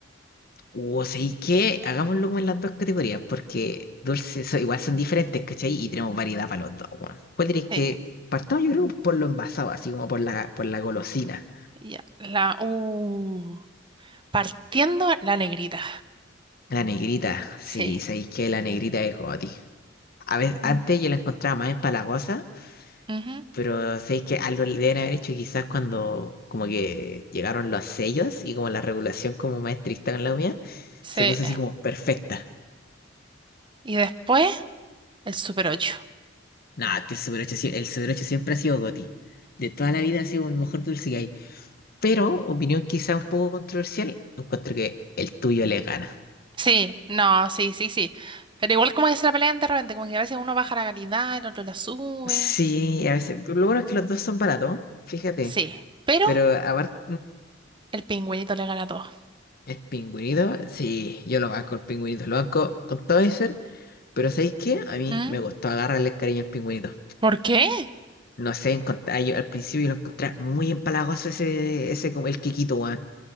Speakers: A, on the left (about 50°); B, on the right (about 25°).
A: O sea, ¿y qué? Hagámoslo como en las dos categorías, porque dulces son- igual son diferentes, ¿cachai? Y tenemos variedad para los dos, weón. ¿Cuál dirías
B: Sí.
A: que partamos, yo creo, por lo envasado, así como por la, por la golosina?
B: Ya. La uh, partiendo la negrita.
A: La negrita, sí,
B: Sí.
A: sabéis que la negrita es goti. A veces,
B: Mm.
A: antes yo la encontraba más empalagosa,
B: Ujú,
A: pero sabéis que algo le deben haber hecho quizás cuando como que llegaron los sellos y como la regulación como más estricta con la comida,
B: Sí.
A: se puso así como perfecta.
B: Y después el Super ocho
A: No, es que el Super 8, sie- el Super 8 siempre ha sido goti. De toda la vida ha sido el mejor dulce que hay. Pero, opinión
B: Mm.
A: quizás un poco controversial, encuentro que el tuyo le gana.
B: Sí, no, sí, sí, sí. Pero igual como que se la pelean de repente, como que a veces uno baja la calidad, el otro la sube.
A: Sí, a veces. pero Lo bueno es que los dos son baratos, fíjate.
B: Sí. Pero
A: Pero aparte.
B: el pingüinito le gana a todos.
A: El pingüinito, sí, yo lo banco, el pingüinito, lo banco con todo mi ser, pero ¿sabéis qué? A mí
B: ¿Mm?
A: me costó agarrarle el cariño al pingüinito.
B: ¿Por qué?
A: No sé, encontrar, yo al principio lo encontré muy empalagoso ese, ese como el Kikito, weón.